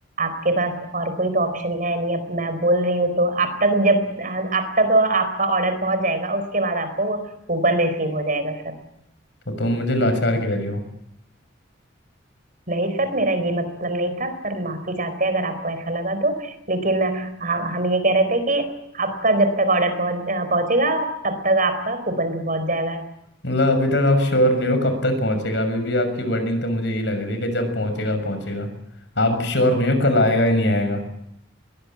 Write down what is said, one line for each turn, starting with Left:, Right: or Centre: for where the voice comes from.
Right: आपके पास और कोई तो ऑप्शन है नहीं अब मैं बोल रही हूँ तो आप तक जब आप तक आपका ऑर्डर पहुंच जाएगा उसके बाद आपको कूपन रिसीव हो जाएगा सर
Left: तो तुम मुझे लाचार कह रही हो
Right: नहीं सर मेरा ये मतलब नहीं था सर माफी चाहते हैं अगर आपको ऐसा लगा तो लेकिन हाँ, हम ये कह रहे थे कि आपका जब तक ऑर्डर पहुंच पहुंचेगा तब तक आपका कूपन भी पहुंच जाएगा
Left: मतलब अभी तक आप श्योर नहीं हो कब तक पहुंचेगा अभी भी आपकी वर्डिंग तो मुझे यही लग रही है कि जब पहुंचेगा पहुंचेगा आप श्योर नहीं हो कल आएगा ही नहीं आएगा